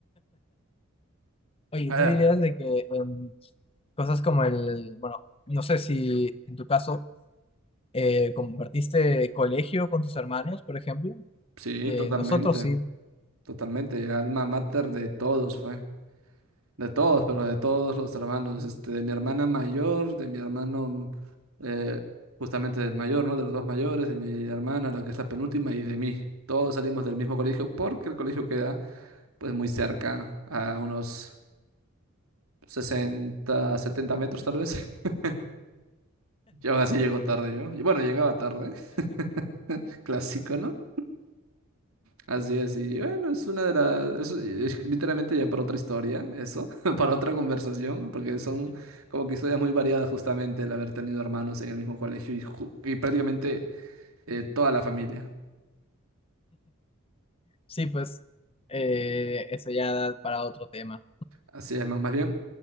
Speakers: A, on the left (about 25°); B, on the right (about 80°).
A: Oye,
B: Eh,
A: ¿tú dirías de que em, cosas como el, bueno, no sé si en tu caso eh, compartiste colegio con tus hermanos, por ejemplo?
B: sí,
A: Eh,
B: totalmente,
A: nosotros sí,
B: totalmente. Alma mater de todos fue. De todos, pero de todos los hermanos, este, de mi hermana mayor, de mi hermano, eh, justamente el mayor, ¿no? De los dos mayores, de mi hermana, la que es la penúltima, y de mí. Todos salimos del mismo colegio porque el colegio queda, pues, muy cerca, a unos 60 70 metros tal vez. <laughs> Yo así llego tarde yo. Y bueno, llegaba tarde, <laughs> clásico, ¿no? Así es, y bueno, es una de las, eso es literalmente ya para otra historia, eso, <laughs> para otra conversación, porque son como que historias muy variadas justamente el haber tenido hermanos en el mismo colegio y, ju- y prácticamente eh, toda la familia.
A: sí, pues eh, eso ya da para otro tema.
B: Así es, ma- más bien,